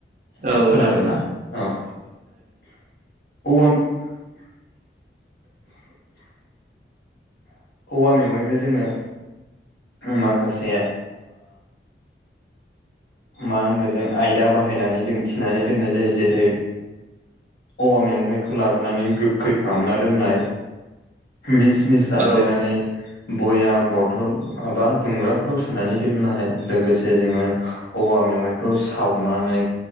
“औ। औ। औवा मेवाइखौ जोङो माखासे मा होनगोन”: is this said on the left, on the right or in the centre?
Left